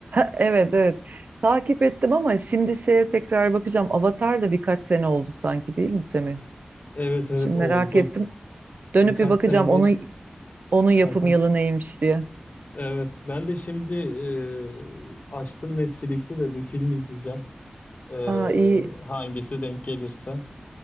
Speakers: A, on the right; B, on the left.
A: Evet evet takip ettim ama şimdi şeye tekrar bakacağım. Avatar da birkaç sene oldu sanki değil mi Semih?
B: Evet evet
A: Şimdi
B: oldu.
A: merak ettim. Dönüp
B: Birkaç
A: bir bakacağım
B: sene değil.
A: onun onun yapım
B: Aha.
A: yılı neymiş diye.
B: Evet ben de şimdi e, açtım Netflix'i de bir film izleyeceğim. E,
A: Aa, iyi.
B: hangisi denk gelirse